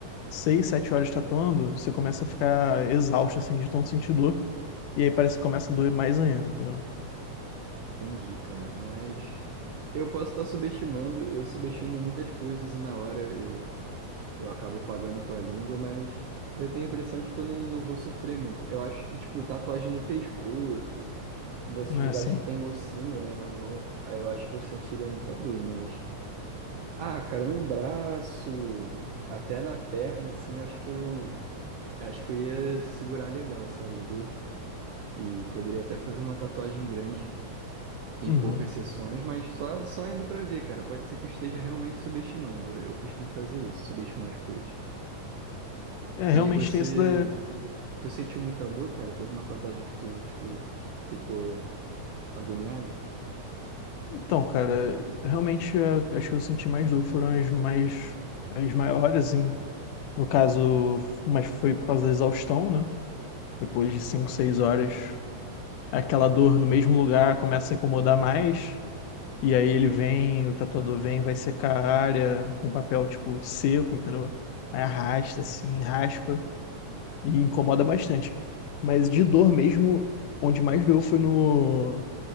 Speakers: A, on the left (about 85°); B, on the right (about 80°).
A: seis, sete horas tatuando, você começa a ficar exausto, assim, de tanto sentir dor, e aí parece que começa a doer mais ainda, entendeu?
B: Entendi, cara, mas eu posso estar subestimando, eu subestimo muitas coisas e na hora eu Eu acabo pagando com a língua, mas eu tenho a impressão de que eu não, não vou sofrer muito. Eu acho que, tipo, tatuagem no pescoço, nesses
A: Não
B: lugares
A: é assim.
B: que tem ossinho, né, na mão, aí eu acho que eu sentiria muita dor, mas. Ah, cara, no braço, até na perna, assim, eu acho que eu. Acho que eu ia segurar legal, sabe, a dor. E poderia até fazer uma tatuagem grande, em
A: Uhum.
B: poucas sessões, mas só, só indo pra ver, cara. Pode ser que eu esteja realmente subestimando. Eu eu costumo fazer isso, subestimar as coisas.
A: É, realmente
B: E você.
A: tem isso da...
B: Tu sentiu muita dor, cara? Teve uma tatuagem que tu, tipo, ficou agoniado?
A: Então, cara, realmente a- as que eu senti mais dor foram as mais... as maiores, em... no caso, mas foi por causa da exaustão, né? Depois de cinco, seis horas, aquela dor no mesmo lugar começa a incomodar mais, E aí ele vem, o tatuador vem, vai secar a área com papel, tipo, seco, entendeu? Aí arrasta, assim, raspa e incomoda bastante. Mas de dor mesmo, onde mais doeu foi no,